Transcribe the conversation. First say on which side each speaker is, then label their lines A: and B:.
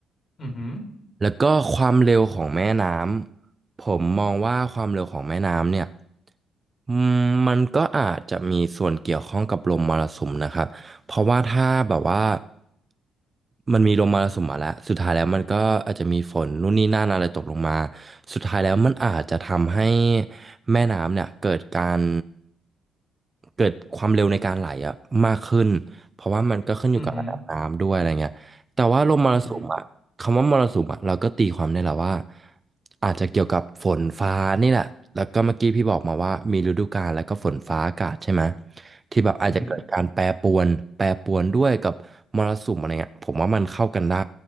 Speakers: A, on the left; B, on the right.
A: อือหือ
B: แล้วก็ความเร็วของแม่น้ำผมมองว่าความเร็วของแม่น้ำเนี่ยอืมมันก็อาจจะมีส่วนเกี่ยวข้องกับลมมรสุมนะครับเพราะว่าถ้าแบบว่ามันมีลมมรสุมมาแล้วสุดท้ายแล้วมันก็อาจจะมีฝนนู่นนี่นั่นอะไรตกลงมาสุดท้ายแล้วมันอาจจะทำให้แม่น้ำเนี่ยเกิดการเกิดความเร็วในการไหลอะมากขึ้นเพราะว่ามันก็ขึ้นอยู่กับระดับน้ำด้วยอะไรเงี้ยแต่ว่าลมมรสุมอะ
A: อือหืออือหือ
B: คำว่ามรสุมอ่ะเราก็ตีความได้แหละว่าอาจจะเกี่ยวกับฝนฟ้านี่แหละแล้วก็เมื่อกี้พี่บอกมาว่ามีฤดูกาลแล้วก็ฝนฟ้าอากาศใช่ไหมที่แบบอาจจะเกิดการแปรปรวนแปรปรวนด้วยกับมรสุมอะไรเงี้ยผมว่ามันเข้ากันได้
A: อือหือ